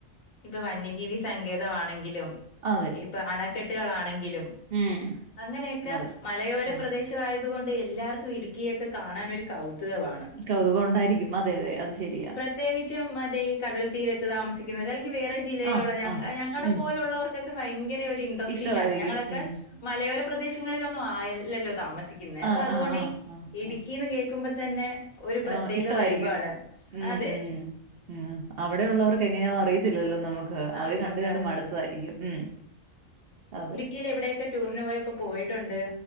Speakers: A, on the left; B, on the right.
A: ഇപ്പൊ വന്യജീവി സങ്കേതമാണെങ്കിലും,
B: അതെ.
A: ഇപ്പൊ അണക്കെട്ടുകളാണെങ്കിലും
B: ഉം.
A: അങ്ങനെക്ക
B: അതെ.
A: മലയോര
B: ഉം.
A: പ്രദേശ ങ്ങളായതു കൊണ്ടേ, എല്ലാർക്കും ഇടുക്കിയൊക്കെ കാണാൻ ഒരു കൗതുകമാണ്.
B: കൗതുകണ്ടായിരിക്കും, അതെ അതെ അത് ശരിയാ.
A: പ്രത്യേകിച്ചും മറ്റേ ഈ കടൽ തീരത്ത് താമസിക്കുന്നവർ അല്ലെങ്കിൽ വേറെ ജില്ലയിലുള്ള
B: ആഹ്
A: ഞ
B: ആഹ്
A: ഞങ്ങളുടെ
B: ഉം
A: പോലുള്ളവർ കൊക്കെ ഭയങ്കര ഒരു ഇൻട്രസ്റ്റിംഗ്
B: ഇഷ്ടവായിരിക്കും
A: ആണ്. ഞങ്ങളൊക്കെ
B: ഉം
A: മലയോര പ്രദേശങ്ങളിലൊന്നും ആയല്ലല്ലോ താമസിക്കുന്നേ.
B: ആഹ്
A: അപ്പൊ അതുകൊണ്ട്
B: ആഹ് ആഹ്
A: ഈ
B: ആഹ്
A: ഇടുക്കിന്ന്
B: ആഹ്
A: കേൾക്കുമ്പോ തന്നെ ഒരു പ്രത്യേക
B: ആഹ് ഇഷ്ടവായിരിക്കും
A: വൈബാണ്
B: ഉം
A: അതെ.
B: ഉം ഉം അവിടെ ഉള്ളവർക്ക് എങ്ങനെയാന്ന് അറിയത്തില്ലല്ലോ നമു ക്ക്.
A: ആ
B: അവര്
A: നമുക്ക്
B: കണ്ട് കണ്ട്
A: അത്
B: മടുത്തതായിരിക്കും ഉം അതെ.
A: ഇല്ല ഇവിടേക്ക ടൂറിന് പോയപ്പോ പോയിട്ടുണ്ട്.